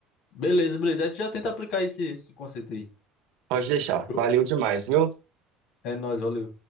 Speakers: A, on the left; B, on the right.
A: beleza, beleza. A gente já tenta aplicar esse, esse conceito aí.
B: Pode deixar.
A: Show.
B: Valeu demais, viu?
A: É nóis, valeu.